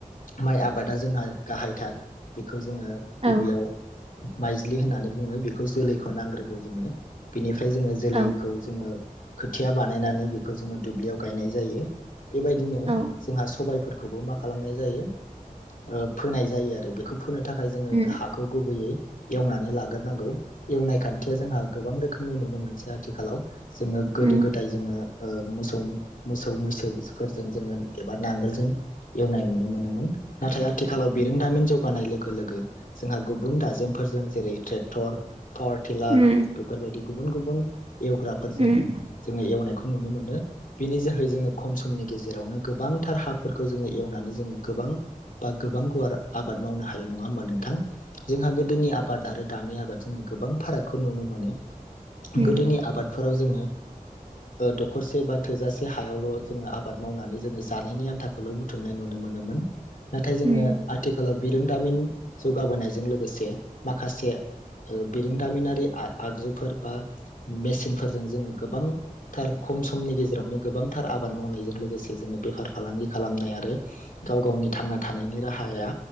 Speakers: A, on the left (about 70°); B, on the right (about 45°).
A: माइ आबादा जोंहा गाहायथार बेखौ खौ जोङो गिबियाव
B: औ
A: माइज्लि होननानै बुङो बेखौ जोलैखौ नांग्रोगौ जोंनो बेनिफा ओमफ्राय जोङो जोलैखौ
B: औ
A: जोङो खोथिया बानायनानै बेखौ जोङो दुब्लियाव गायनाय जायो बेबायदिनो
B: औ
A: जोंहा सबायफोरख खौबो मा खालामनाय जायो ओ फोनाय जायो आरो बेखौ फो फोनो थाखाय जोङो
B: उम
A: हाखौ गुबैयै एवनानै लाग्रोनांगौ एवनाय खान्थिया जोंहा गोबां रोखोमनि नुनो मोनसै आथिखालाव जोङो गोदो
B: उम
A: गोदाय जोङो ओ मोसौ मोसौ मैसोफोरजों जोङो एबा नांगोलजों एवनाय नुनो मोनो नाथाय आथिखालाव बिरोंदामिन जौगानाय लोगो लोगो जोंहा गुबुन गुबुन दाजेमफोरजों जेरै ट्रेक्टर पावार टिलार
B: उम
A: बेफोरबायदि गुबुन गुबुन एवग्राफोरजों
B: उम
A: जोङो एवनायखौ नुनो मोनो। बिनि जोहै जोङो खमसे समनि गेजेरावनो गोबांथार हाफोरखौ जोङो एवनानै जोङो गोबां बा गोबां गुवार आबाद मावनो हायो नङा होमबा नोंथां जोंहा गोदोनि आबाद आरो दानि आबादजोंनो गोबां फारागखौ नुनो मोनो
B: उम
A: गोदोनि आबादफोराव जोङो दखरसे बा थोजासे हायावल' जोङो आबाद मावनानै जोङो जानायनि आन्थाखौल' बुथुमनाय नुनो मोनोमोन। नाथाय जोङो
B: उम
A: आथिखालाव बिरोंदामिन जौगाबोनायजों लोगोसे माखासे बिरोंदामिनारि आगजुफोर बा मेसिनफोरजों जोङो गोबांथार खम समनि गेजेरावजों जेरावनो गोबांथार आबाद मावनायजों लोगोसे जोङो बेफार फालांगि खालामनाय आरो गाव गावनि थांना थानायनि राहाया